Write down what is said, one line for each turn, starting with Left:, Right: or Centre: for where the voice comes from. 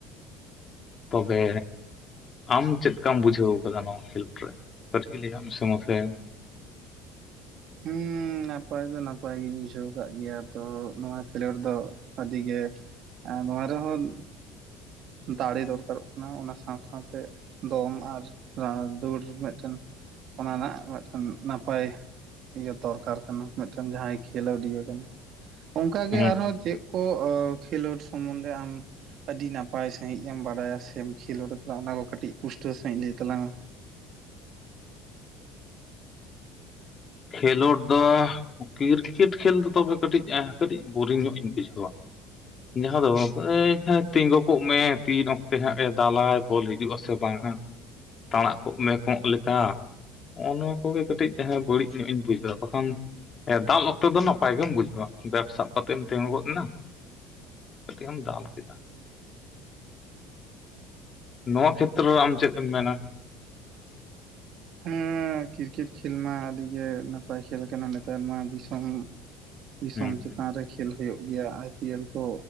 Left: ᱛᱚᱵᱮ ᱟᱢ ᱪᱮᱫ ᱞᱮᱠᱟᱢ ᱵᱩᱡᱷᱟᱹᱣ ᱟᱠᱟᱫᱟ ᱱᱚᱣᱟ ᱠᱷᱮᱞᱳᱰ ᱨᱮ? ᱠᱟᱹᱴᱤᱡ ᱜᱮ ᱞᱟᱹᱭ ᱢᱮᱥᱮ ᱢᱟᱥᱮ
Right: ᱦᱩᱸᱻ ᱱᱟᱯᱟᱭ ᱫᱚ ᱱᱟᱯᱟᱭ ᱜᱤᱧ ᱵᱩᱡᱷᱟᱹᱣ ᱟᱠᱟᱫ ᱜᱮᱭᱟ ᱛᱚ ᱱᱚᱣᱟ ᱠᱷᱮᱞᱳᱰ ᱫᱚ ᱟᱹᱰᱤ ᱜᱮ ᱱᱚᱣᱟ ᱨᱮᱦᱚᱸ ᱫᱟᱲᱮ ᱫᱚᱨᱠᱟᱨᱚᱜ ᱠᱟᱱᱟ ᱚᱱᱟ ᱥᱟᱶ ᱥᱟᱶᱛᱮ ᱫᱚᱢ ᱟᱨ ᱫᱟᱹᱲ ᱢᱤᱫᱴᱮᱱ ᱚᱱᱟ ᱨᱮᱱᱟᱜ ᱢᱤᱫᱴᱮᱱ ᱱᱟᱯᱟᱭ ᱤᱭᱟᱹ ᱫᱚᱨᱠᱟᱨ ᱠᱟᱱᱟ ᱢᱤᱫᱴᱮᱱ ᱡᱟᱦᱟᱸᱭ ᱠᱷᱮᱞᱳᱰᱤᱭᱟᱹ ᱠᱟᱱᱟ ᱚᱱᱠᱟᱟᱜ ᱜᱮ
Left: ᱦᱩᱸ
Right: ᱟᱨᱦᱚᱸ ᱪᱮᱫ ᱠᱚ ᱚ ᱠᱷᱮᱞᱳᱰ ᱥᱚᱢᱵᱚᱱᱫᱮ ᱟᱢ ᱟᱹᱰᱤ ᱱᱟᱯᱟᱭ ᱥᱟᱹᱦᱤᱡ ᱮᱢ ᱵᱟᱰᱟᱭᱟ ᱥᱮᱢ ᱠᱷᱮᱞᱳᱰ ᱟᱠᱟᱫᱟ ᱚᱱᱟ ᱠᱚ ᱠᱟᱹᱴᱤᱡ ᱯᱩᱥᱴᱟᱹᱣ ᱥᱟᱹᱦᱤᱡ ᱞᱟᱹᱭ ᱛᱟᱞᱟᱝ ᱢᱮ
Left: ᱠᱷᱮᱞᱳᱰ ᱫᱚ ᱠᱨᱤᱠᱮᱴ ᱠᱷᱮᱞ ᱫᱚ ᱛᱚᱵᱮ ᱠᱟᱹᱴᱤᱡ ᱟᱸ ᱠᱟᱹᱴᱤᱡ ᱵᱳᱨᱤᱝ ᱧᱚᱜ ᱤᱧ ᱵᱩᱡᱷᱟᱹᱣᱟ ᱡᱟᱦᱟᱸ ᱫᱚ <unintelligible> ᱛᱤᱸᱜᱩ ᱠᱚᱜ ᱢᱮ ᱛᱤᱱ ᱚᱠᱛᱮ ᱦᱟᱸᱜ ᱮ ᱫᱟᱞᱟᱭ ᱵᱚᱞ ᱦᱤᱡᱩᱜ ᱟᱥᱮ ᱵᱟᱝ ᱦᱟᱸᱜ ᱛᱟᱲᱟᱜ ᱠᱚᱜ ᱢᱮ ᱠᱚᱜ ᱞᱮᱠᱟ ᱱᱚᱜ-ᱚ ᱱᱚᱣᱟ ᱩᱱᱜᱮ ᱠᱟᱹᱴᱤᱡ ᱡᱟᱦᱟᱸ ᱵᱟᱹᱲᱤᱡ ᱧᱚᱜ ᱤᱧ ᱵᱩᱡᱷᱟᱹᱭᱟ ᱵᱟᱠᱷᱟᱱ ᱫᱟᱞ ᱚᱠᱛᱮ ᱫᱚ ᱱᱟᱯᱟᱭ ᱜᱮᱢ ᱵᱩᱡᱷᱟᱹᱣᱟ ᱵᱮᱵᱽ ᱥᱟᱵ ᱠᱟᱛᱮᱢ ᱛᱤᱸᱜᱩ ᱜᱚᱫ ᱮᱱᱟ ᱠᱟᱹᱴᱤᱡ ᱮᱢ ᱫᱟᱞ ᱠᱮᱫᱟ ᱱᱚᱣᱟ ᱠᱷᱮᱛᱨᱚ ᱨᱮ ᱟᱢ ᱪᱮᱫ ᱮᱢ ᱢᱮᱱᱟ
Right: ᱦᱮᱸ ᱠᱨᱤᱠᱮᱴ ᱠᱷᱮᱞ ᱢᱟ ᱟᱹᱰᱤ ᱜᱮ ᱱᱟᱯᱟᱭ ᱠᱷᱮᱞ ᱠᱟᱱᱟ ᱱᱮᱛᱟᱨ ᱢᱟ ᱫᱤᱥᱚᱢ
Left: <unintelligible>
Right: ᱫᱤᱥᱚᱢ ᱪᱮᱛᱟᱱ
Left: ᱦᱩᱸ
Right: ᱨᱮ ᱠᱷᱮᱞ ᱦᱩᱭᱩᱜ ᱜᱮᱭᱟ ᱟᱭᱯᱤᱭᱮᱞ ᱠᱚ